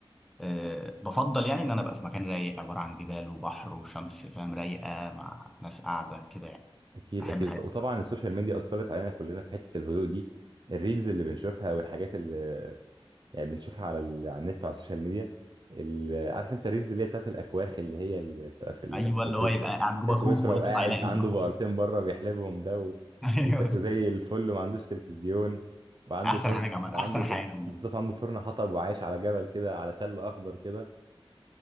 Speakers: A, in the centre; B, on the right.
A: أه بفضل يعني ان انا ابقى في مكان رايق عباره عن جبال وبحر وشمس فاهم رايقه مع ناس قاعده كده يعني
B: اكيد
A: بحب
B: اكيد
A: الحاجات
B: وط- وطبعا السوشيال ميديا اثرت علينا كلنا في حتة الهدوء دي الريلز اللي بنشوفها والحاجات اللي يعني بنشوفها على ال... على النت وعلى السوشيال ميديا ال... عارف انت الريلز اللي هي بتاعت الاكواخ اللي هي اللي بتبقى في ال...
A: ايوه
B: في...
A: اللي
B: في...
A: هو يبقى
B: في
A: قاعد جوه
B: في سويسرا
A: كوخ ويطلع
B: وقاعد
A: يلاقي
B: عنده
A: البحر
B: بقرتين بره بيحلبهم ده و...
A: <laughs> ايوه
B: وزي... وزي الفل وما عندوش تلفزيون وعنده
A: احسن
B: فرن
A: حاجه عمل
B: وعنده
A: احسن
B: ف...
A: حياه عمل
B: بالظبط عنده فرن حطب وعايش على جبل كده على تل اخضر كده